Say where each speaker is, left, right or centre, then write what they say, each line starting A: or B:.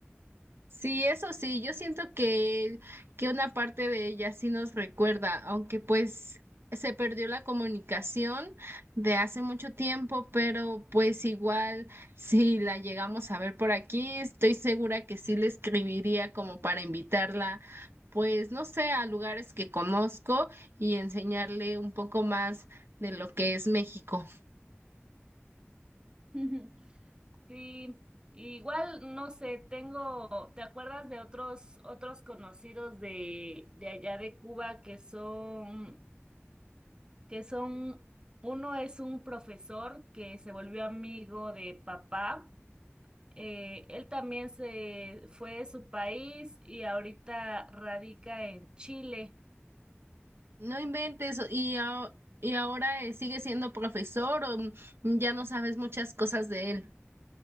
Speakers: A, on the right; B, on the right.
A: Sí, eso sí, yo siento que, que una parte de ella sí nos recuerda, aunque pues se perdió la comunicación de hace mucho tiempo, pero pues igual si la llegamos a ver por aquí, estoy segura que sí le escribiría como para invitarla, pues no sé, a lugares que conozco y enseñarle un poco más de lo que es México.
B: <laughs> Sí, igual no sé, tengo, ¿te acuerdas de otros otros conocidos de de allá de Cuba que son que son uno es un profesor que se volvió amigo de papá Eh, él también se fue de su país y ahorita radica en Chile.
A: No inventes, y, a- y ahora eh, sigue siendo profesor o mm, mm, ya no sabes muchas cosas de él.